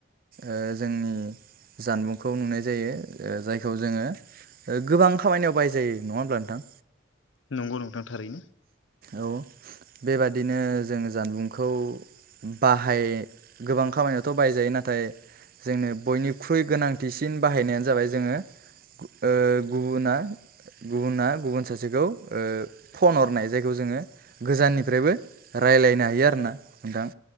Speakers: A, on the right (about 50°); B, on the left (about 75°).
A: ओ जोंनि जानबुंखौ नुनाय जायो ओ जायो जायखौ जोङो ओ गोबां खामानियाव बाय जायो नङा होमब्ला नोंथां
B: नंगौ नोंथां थारैनो
A: औ बेबादिनो जों जानबुंखौ बाहाय गोबां खामानियावथ' बाहायजायो नाथाय जोंनो बयनिख्रुइ गोनांथिसिन बाहायनायानो जाबाय जोङो ओ गुबुना गुबुना गुबुन सासेखौ ओ फन हरनाय जायखौ जोङो गोजाननिफ्रायबो रायलायनो हायो आरो ना नोंथां।